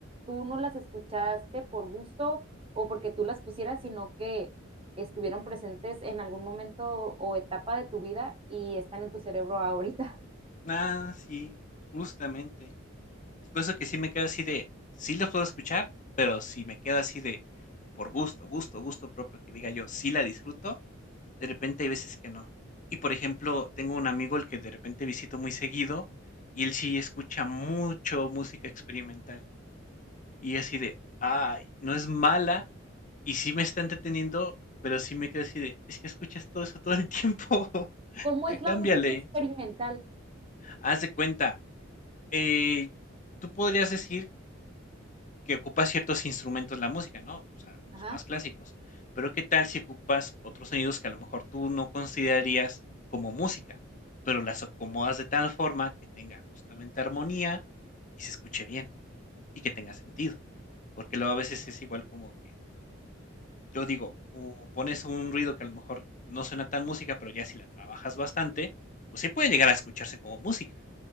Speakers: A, on the right (about 25°); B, on the left (about 40°).
A: tú no las escuchaste por gusto o porque tú las pusieras, sino que estuvieron presentes en algún momento o etapa de tu vida y están en tu cerebro ahorita.
B: Ah, sí, justamente. Es por eso que sí me quedo así de, sí los puedo escuchar, pero si me quedo así de, por gusto, gusto, gusto propio, que diga yo, sí la disfruto, de repente hay veces que no. Y por ejemplo, tengo un amigo el que de repente visito muy seguido y él sí escucha mucho música experimental. Y así de, ay, no es mala y sí me está entreteniendo, pero sí me quedo así de, es que escuchas todo eso todo el tiempo, <laughs>
A: ¿Cómo
B: ya
A: es
B: cámbiale.
A: la música experimental?
B: Haz de cuenta, eh, tú podrías decir que ocupa ciertos instrumentos la música, ¿no? O sea, los
A: Ajá.
B: más clásicos. Pero ¿qué tal si ocupas otros sonidos que a lo mejor tú no considerarías como música, pero las acomodas de tal forma que tenga justamente armonía y se escuche bien y que tenga sentido? Porque luego a veces es igual como que yo digo, uh, pones un ruido que a lo mejor no suena tan música, pero ya si la trabajas bastante, pues sí puede llegar a escucharse como música.